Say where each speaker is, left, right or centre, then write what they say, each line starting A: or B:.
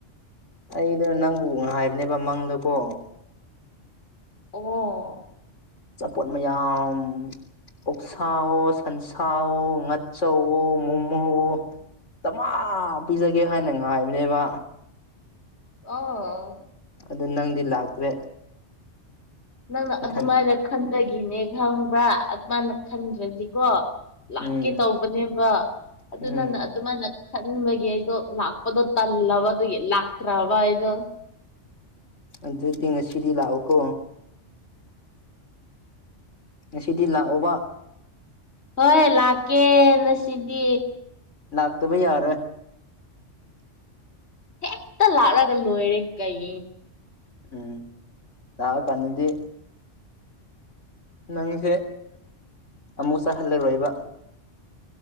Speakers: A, on the left; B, on the left.
A: ꯑꯩꯗꯣ ꯅꯪꯕꯨ ꯉꯥꯏꯕꯅꯦꯕ ꯃꯪꯗꯀꯣ
B: ꯑꯣ
A: ꯑꯆꯥꯄꯣꯠ ꯃꯌꯥꯝ ꯑꯣꯛꯁꯥꯋꯣ ꯁꯟꯁ ꯁꯥꯑꯣ ꯉꯥꯆꯧꯋꯣ ꯃꯣꯃꯣꯑꯣ ꯗꯃꯥ ꯄꯤꯖꯒꯦ ꯍꯥꯏꯅ ꯉꯥꯏꯕꯅꯦꯕ
B: ꯑꯣ
A: ꯑꯗꯨ ꯅꯪꯗꯤ ꯂꯥꯛꯇ꯭ꯔꯦ
B: ꯅꯪꯅ
A: ꯏꯊꯟ
B: ꯑꯗꯨꯃꯥꯏꯅ ꯈꯟꯕꯒꯤꯅꯦ ꯈꯪꯕ꯭ꯔꯥ ꯑꯗꯨꯃꯥꯏꯅ ꯈꯟꯗ꯭ꯔꯗꯤꯀꯣ ꯂꯥꯛꯀꯦ
A: ꯎꯝ
B: ꯇꯧꯕꯅꯦꯕ ꯑꯗꯨꯅ
A: ꯎꯝ
B: ꯅꯪ ꯑꯗꯨꯃꯥꯏꯅ ꯈꯟꯕꯒꯤ ꯑꯩꯗꯣ ꯂꯥꯛꯄꯗꯣ ꯇꯜꯂꯕꯗꯨꯒꯤ ꯂꯥꯛꯇ꯭ꯔꯥꯕ ꯑꯩꯗꯣ
A: ꯑꯗꯨꯗꯤ ꯉꯁꯤꯗꯤ ꯂꯥꯛꯎꯀꯣ ꯉꯁꯤꯗꯤ ꯂꯥꯛꯑꯣꯕ
B: ꯍꯣꯏ ꯂꯥꯛꯀꯦ ꯅ ꯁꯤꯗꯤ
A: ꯂꯥꯛꯇꯕ ꯌꯥꯔꯣꯏ
B: ꯍꯦꯛꯇ ꯂꯥꯛꯂꯒ ꯂꯣꯏꯔꯦ ꯀꯩ
A: ꯎꯝ ꯂꯥꯛ ꯑ ꯀꯥꯟꯗꯗꯤ ꯅꯪꯁꯦ ꯑꯃꯨꯛ ꯆꯠꯍꯜꯂꯔꯣꯏꯕ